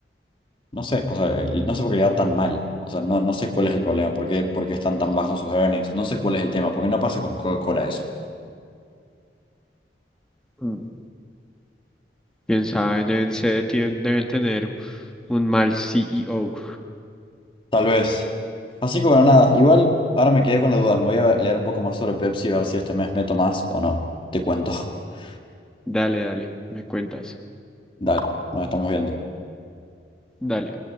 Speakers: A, on the left; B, in the centre.
A: no sé, o sea, el- no sé por qué le va tan mal. O sea, no, no sé cuál es el problema, por qué, por qué están tan bajos sus earnings. No sé cuál es el tema, porque no pasa con Coca-Cola eso.
B: Mm. Quién sabe, deben ser, tien- deben tener un mal CEO.
A: Tal vez. Así que bueno, nada, igual ahora me quedé con la duda. Me voy a leer un poco más sobre Pepsi y ver si este mes meto más o no. Te cuento. <laughs>
B: Dale, dale, me cuentas.
A: Dale, nos estamos viendo.
B: Dale.